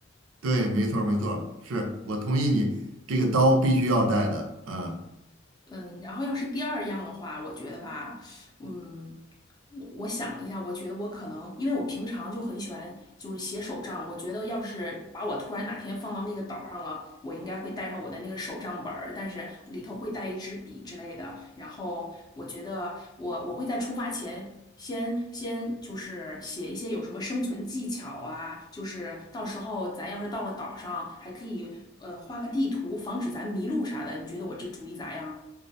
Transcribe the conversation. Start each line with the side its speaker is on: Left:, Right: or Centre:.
Right: 对，没错儿没错儿是我同意你，这个刀必须要带的。嗯，
Left: 嗯，然后要是第二样的话，我觉得吧，嗯，我我想了一下，我觉得我可能，因为我平常就很喜欢就是写手账，我觉得要是把我突然哪天放到那个岛上了，我应该会带上我的那个手账本儿，但是里头会带一支笔之类的。然后我觉得我我会在出发前先先就是写一些有什么生存技巧啊，就是到时候咱要是到了岛上，还可以呃画个地图，防止咱迷路啥的。你觉得我这主意咋样？